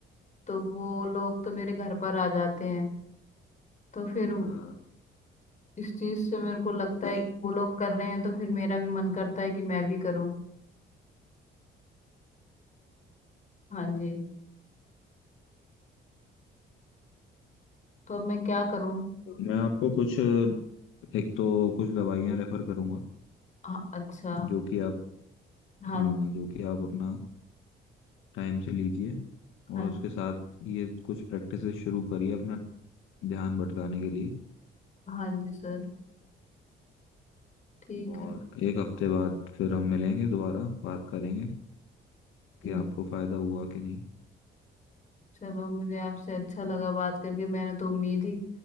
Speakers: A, on the left; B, on the left.
A: तो वो लोग तो मेरे घर पर आ जाते हैं तो फिर
B: हाँ
A: इस चीज से मेरे को लगता है
B: नहीं
A: कि वो लोग कर रहे हैं तो फिर मेरा भी मन करता है कि मैं भी करूं हाँ जी तो अब मैं क्या करूं
B: मैं आपको कुछ एक तो कुछ दवाइयाँ रेफर करूंगा
A: हाँ, अच्छा
B: जो कि आप
A: हाँ
B: हाँ जो कि आप अपना टाइम से लीजिए और
A: हाँ
B: उसके साथ ये कुछ प्रैक्टिसेस शुरू करिए अपना ध्यान भटकाने के लिए
A: हाँ जी सर ठीक
B: और
A: है
B: एक हफ्ते बाद फिर हम मिलेंगे दोबारा बात करेंगे
A: हम्म,
B: कि आपको फायदा हुआ कि नहीं
A: चलो मुझे आपसे अच्छा लगा बात करके मैंने तो उम्मीद ही